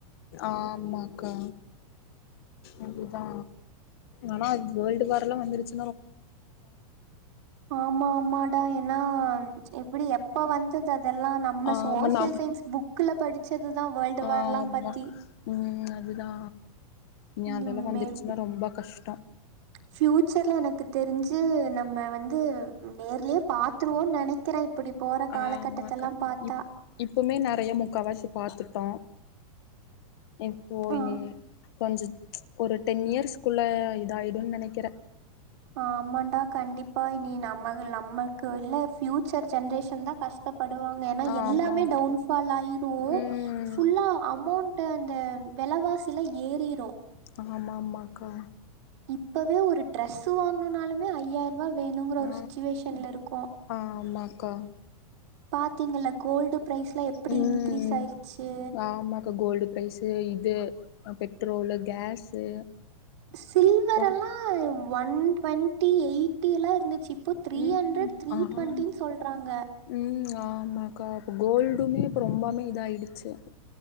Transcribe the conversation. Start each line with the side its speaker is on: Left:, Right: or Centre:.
Left: ஆமா க்கா அதுதா ஆனா அது வேர்ல்டு வார்ல்லா வந்துருச்
Right: ஆமா ஆமாடா என்னா இப்டி எப்ப வந்தது அதெல்லா நம்ம
Left: ஆமா
Right: சோசியல்
Left: நம்
Right: சயின்ஸ் புக் குள படிச்சது தா வேர்ல்டு வார்லா
Left: ஆமா
Right: பத்தி
Left: ம் அதுதா இனி அதெல்லா
Right: ம்
Left: வந்திருச்சினா
Right: மேம்
Left: ரொம்ப கஷ்டோ
Right: ஃபியூச்சர்ல எனக்கு தெரிஞ்சு நம்ம வந்து நேர்லேயே பாத்துருவோ நெனைக்கிறே இப்டி போற காலகட்டத்தெல்லா
Left: ஆமாக்கா
Right: பாத்தா
Left: இப் இப்பமே நெறையா முக்காவாசி பாத்துட்டோ இப்போ
Right: ஆ
Left: இனி கொஞ்சோ ஒரு டென் இயர்ஸ்குள்ள இதாயிடு நெனைக்கிறே
Right: ஆமாடா கண்டிப்பா இனி நம்ம நமக்கு இல்ல ஃபியூ ச்சர் ஜென்ரேஷன் தா கஷ்டப்படுவாங்க ஏனா
Left: ஆ
Right: எல்லாமே
Left: ஆமா ஆமாக்கா
Right: டவுன்ஃபால் ஆயிரு
Left: ம்
Right: ஃபுல்லா அமௌண்டு அந்த விலைவாசில ஏறிரு
Left: ஆமா ஆமாக்கா
Right: இப்பவே ஒரு டிரெஸ்சு வாங்கணும்னாலுமே ஐயா ருவா வேணுங்கற
Left: ஆ
Right: ஒரு சிச்சுவேஷன்ல இருக்கோ
Left: ஆமாக்கா
Right: பாத்திங்கள கோல்டு ப்ரைஸ்லா எப்டி
Left: ம்
Right: இன்க்ரீஸ் ஆயிருச்சு
Left: ஆமாக்கா கோல்டுப் ப்ரைஸு இது ஆ பெட்ரோல்லு கேஸு
Right: சில்வரெல்லா
Left: அப்ப
Right: ஒன் டுவெண்டி எயிட்டி எல்லா இருந்து சி இப்போ த்ரீ
Left: ம்
Right: ஹண்ட்ரட் த்ரீ
Left: ஆமா
Right: ட்வெண்ட்டினு சொல்றாங்க
Left: ம் ஆமாக்கா இப்ப கோல்டுமே இப்ப ரொம்பாமே இத ஆயிடுச்சு